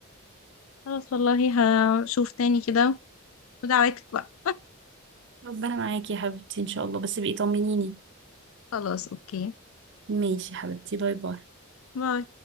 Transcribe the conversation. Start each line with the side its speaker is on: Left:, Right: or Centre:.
Left: خلاص والله هشوف تاني كده ودعواتك بقى
Right: ربنا معاكي يا حبيبتي إن شاء الله بس بقي طمنيني
Left: خلاص اوكي
Right: ماشي يا حبيبتي باي باي
Left: باي